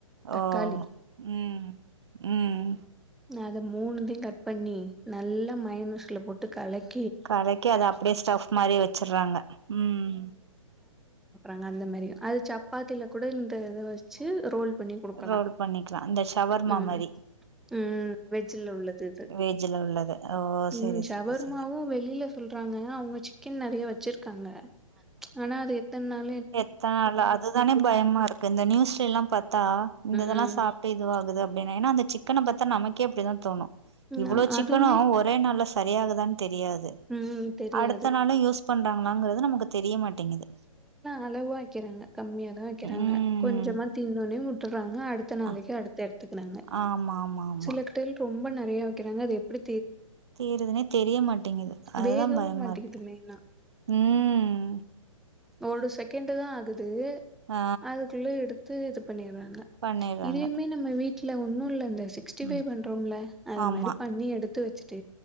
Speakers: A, in the centre; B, on the right.
A: தக்காளி
B: ஓ உம் உம்
A: நான் அத மூணுதையும் கட் பண்ணி <unintelligible> பண்ணி நல்லா மைனுஸ்ல போட்டு கலெட்
B: கடைக்கு அதை அப்படியே ஸ்டப் மாதிரி வச்சிறுங்க உம்
A: ங்க அந்த மாதிரி அது சப்பாத்தில கூடா வ <unintelligible> வச்சி‌ ரோல் பண்ணி கொடுக்கலாம்
B: ரோல் பண்ணிக்கலா இந்த ஷவர்மா
A: உம்
B: மாரி
A: உம் வெஜ் உள்ளது இது
B: வெஜில உள்ளது ஓ சரி
A: ம் ஷவர்மாவும்
B: சரி சரி
A: வெளில சொல்றாங்க அவங்க சிக்கன் நிறைய வச்சிருக்காங்க ஆனா அது எத்தனை நாள
B: எத்தனை நாள்ல அதுதானே பயமா இருக்கு இந்த நியூஸ்ல எல்லாம் பார்த்தா இந்த இதெல்லாம்
A: ம்
B: சாப்பிட்டு இதுவாக்குது அப்படின்னா ஏன்னா அந்த சிக்கன பார்த்தா நமக்கு எப்படிதாம் <unintelligible> தோணும் இவ்வளோ
A: நம்
B: சிக்கனும்
A: அதுமே
B: ஒரே நால்ல தெரியாது தான் <unintelligible> தெரியாது
A: ம் தெரியாது.
B: அடுத்த நாளும் யூஸ் தேன்டாங்களான்ரது நமக்கு தெரியமாட்டேங்ககிது
A: அளவ வைக்கிறாங்க கம்மிய தான் வைக்கிறாங்க
B: ம்
A: கொஞ்சமா தின்னேவுடனே உட்டுராங்க அடுத்த நாளைக்கு
B: அ
A: அடுத்து திட்டுனாங்க
B: ஆமா ஆமா ஆமா
A: சில கடையில பே ரொம்ப நிறைய வைக்கிறாங்க அத எப்படி
B: தீருதுனே தெரியமாட்டேங்குது அதுதான்
A: வேகவும்
B: பயமா
A: மாட்டேங்குது
B: இருக்கு
A: மெயினா.
B: உம்
A: ஒரு செகண்டு் தான் ஆகுது
B: ஆ
A: அதுக்குள்ள எடுத்து இது பண்ணிடுறாங்க
B: பண்ணிறாங்க
A: இதையுமே நம்ம வீட் இல்ல ஒன்னும் இல்ல இந்த சிக்ஸ்டி
B: ம்
A: பைவ் பண்றோம்ல அது
B: ஆமா
A: மாதிரி பண்ணி எடுத்து துச்